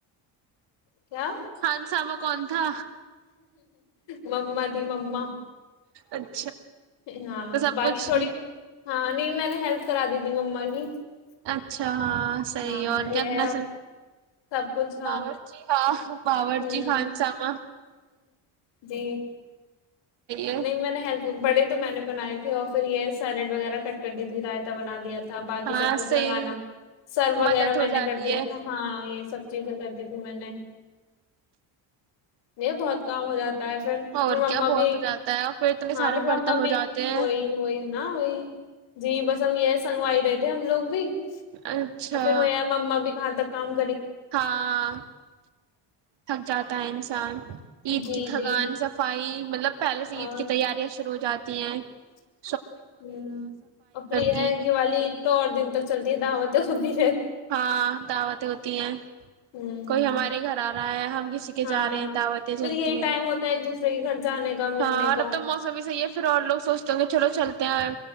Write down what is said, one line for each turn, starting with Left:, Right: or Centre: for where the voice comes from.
Left: کیا
Right: خان سامہ کون تھا
Left: مما ت مما
Right: اچھا
Left: ہاں
Right: تو سب
Left: باقی
Right: کچھ
Left: تھوڑی ہاں نہیں میں نے ہیلپ کرا دی تھی مما کی <unintelligible>
Right: اچھا ہاں صحیح
Left: ہاں
Right: اور
Left: یہ
Right: کیاتنا
Left: ہے اب سب کچھ
Right: ہاں باور
Left: ہوں
Right: جی خان سمہ
Left: جی
Right: ہے
Left: نم ہی بڑے تو میں نے بنائے تھے اور پھر یہ سیلیڈ وغیرہ کٹ کر دی تھی رائتا بنا دیا تھا باقی
Right: ہاں
Left: سب کچھ
Right: صحیح
Left: لگانا سرو وغیرہ
Right: مدد ہو
Left: میں نے
Right: جاتی
Left: کر دیا
Right: ہے
Left: تھا ہاں یہ سب چیزیں کر دی تھی میں نے یہ بہت کام ہو جاتا ہے پھر
Right: اور
Left: مما
Right: کیا بہت
Left: بھی
Right: ہو جاتا ہے اور اتنے
Left: ہاں
Right: سارے
Left: پھر
Right: برتن
Left: ما
Right: ہو
Left: بھی
Right: جاتے ہیں
Left: وہی وہی نا وہی جی بس اب یہ سنگوائی رہے تھے ہم لو بھی اور
Right: اچھا
Left: پھر میںیا ما بھی کہاں تک کم
Right: ہاں تھک جاتا ہے انسان عید
Left: جی
Right: کی تھگان
Left: جی
Right: صفائی مطلب پہلے سے عید
Left: اور
Right: کی تیاریا شرو ہو جاتی ہیں ت
Left: ہ اور پھر
Right: کی
Left: ہے یہ والی عید تو اور دن تک چلتی ہے داوت تو خبی
Right: ہاں دعوتیں ہوتی ہیں
Left: ہوں
Right: کوئی ہمارے گھر آ رہا ہے ہم کسی کے
Left: ہاں
Right: جا رہے ہیں دعوتیں
Left: پھر
Right: جلتی
Left: یہی
Right: ہیں
Left: ٹائم ہوتا ہے ایک دوسرے کے گھر جانے کا ملنے
Right: ہاں اور
Left: کا
Right: اب تو موسم ہی صحیح ہے پھر اور لوگ سوچتے ہوں گے چلو چلتے ہیں آئے